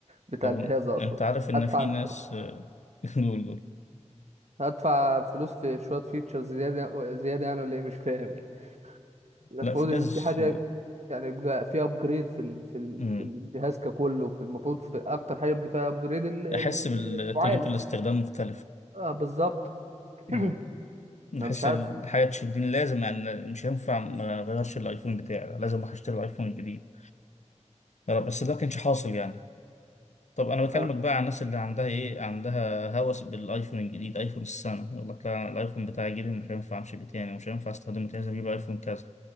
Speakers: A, on the right; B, on the left.
A: بتاع
B: طب
A: الجهاز اصلا
B: انت عارف ان
A: هدفع
B: في ناس <laughs> جول
A: هدفع فلوس في شويه فيتشرز زياده زياده يعني ولا ايه مش فاهم يعني المفروض
B: لا في ناس
A: ان في حاجه يعني يبقى في ابجريد في ال... في ال...
B: مم.
A: في الجهاز ككله في المفروض في اكتر حاجه يبقى فيها ابجريد المعالج
B: احس بال- تجربة الاستخدام مختلفة
A: اه بالظبط <clears throat>
B: مم. نحس
A: انا مش عارف
B: الحياة تشدني لازم يعني مش هينفع ما اغيرش الايفون بتاعي لازم اروح اشتري الايفون الجديد بس ده كانش حاصل يعني طب انا بكلمك
A: اه
B: بقى عن الناس اللي عندها ايه عندها هوس بالايفون الجديد ايفون السنه يقول لك لا الايفون بتاعي الجديد مش هينفع امشي بيه تاني ومش هينفع استخدمه تاني لازم اجيب ايفون كذا